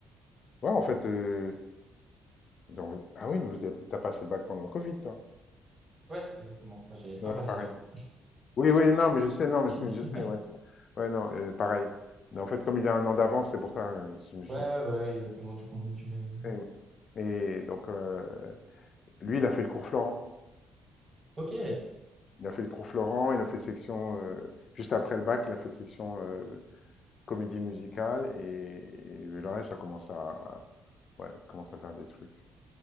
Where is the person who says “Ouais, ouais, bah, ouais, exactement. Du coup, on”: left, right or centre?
Right